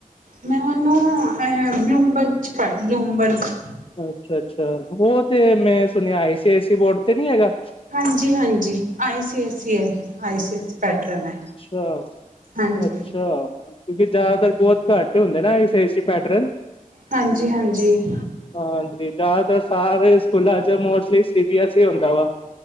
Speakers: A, on the right; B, on the left.
A: ਮੈਂ ਔਹਨੂੰ ਇਹ ਬਲੂਮਬਰ ਚ ਪਾਇਆ ਬਲੂਮਬਰ ਚ
B: ਅੱਛਾ-ਅੱਛਾ। ਸਹ ਤੇ ਮੈਂ ਸੁਣਿਆ, ਆਈ ਸੀ ਐ ਸੀ ਬੋਰਡ ਤੇ ਨੀ ਹੈਗਾ?
A: ਹਾਂਜੀ-ਹਾਂਜੀ ਆਈ ਸੀ ਐੱਸ ਈ ਹੈ ਆਈ ਸੀ ਐੱਸ। ਪੈਟਰਨ ਹੈ।
B: ਅੱਛਾ-ਅੱਛਾ
A: ਹਾਂਜੀ
B: ਕਿਉਂਕਿ ਜ਼ਿਆਦਾਤਰ ਬਹੁਤ ਘੱਟ ਹੁੰਦੇ ਨਾ, ਆਈ ਸੀ ਆਈ ਸੀ ਪੈਟਰਨ।
A: ਹਾਂਜੀ ਹਾਂਜੀ
B: ਹਾਂਜੀ ਜਾਤਰ ਸਾਰੇ ਸਕੂਲਾਂ ਚ mostly C B S E ਹੁੰਦਾ ਵਾ।